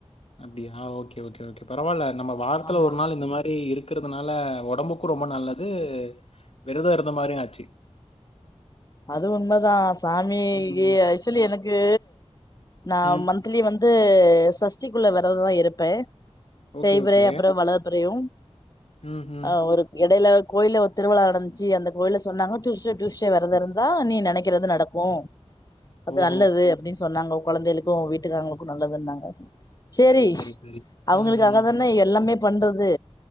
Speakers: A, on the left; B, on the left.
A: அப்டியா ஓகே ஓகே ஓகே பரவால நம்ம வாரத்துல
B: ஆமா
A: ஒரு நாள் இந்த மாரி இருக் க்கிறதுனால ஒடம்புக்கு ரொம்ப நல்லது விரத இருந்த மாரியு ஆச்சு
B: அது உண்மதா சாமிகி
A: ம்,
B: ஆக்சுவலி எனக்கு நா
A: ம்.
B: மந்த்லி வந்து சஷ்டிக்குள்ள வெரதோ இருப்பே
A: ஓகே,
B: தேய்பிறை
A: ஓகே.
B: அப்றோ வளர்ப்பிறையு
A: ம்ஹ்ம்.
B: ஆ ஒரு எடைல கோயில்ல ஒரு திருவிழா நடந்ச்சு அந்த கோயில்ல சொன்னாங்க டூஸ்டே டூஸ்டே வெரத இருந் தா நீ நெனைக்கிறது நடக்கு அது
A: ஓஹோ!
B: நல்லது அப்டின் சொன்னாங்க கொழந்தைகளுக்கு ஓ வீட்டுக்காரங்களுக்கு நல்லதுன்னாங்க ச்சேரி
A: சரி, சரி, சரி.
B: அவங்களுக்காக
A: ம், ம், ம்.
B: தானே எல்லாமே பண்றது